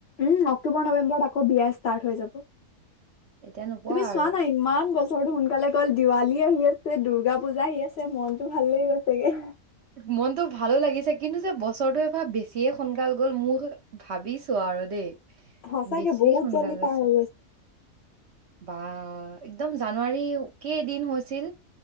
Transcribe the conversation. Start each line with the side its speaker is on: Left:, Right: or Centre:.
Left: উম, অক্টোবৰ নৱেম্বৰত আকৌ বিয়া ষ্টাৰ্ট হৈ যাব।
Right: এতিয়া নোপোৱা
Left: তুমি চোৱা
Right: আৰু।
Left: না, ইমান বছৰটো সোনকালে গ'ল। দিৱালী <inaudible> দুৰ্গা পূজা আহি আছে, মন ভাল লাগি গৈছেগে।
Right: মনতটো ভালো লাগিছে, কিন্তু যে বছৰটো এবাৰ বেছিয়ে সোনকাল গ'ল, মোৰ, ভাবিছোঁ আৰু দেই।
Left: সঁচাকে
Right: বেছি
Left: বহুত
Right: সোনকালে
Left: জল্দি
Right: গৈছে।
Left: পাৰ হৈ
Right: বা একদম জানুৱাৰী কেইদিন হৈছিল,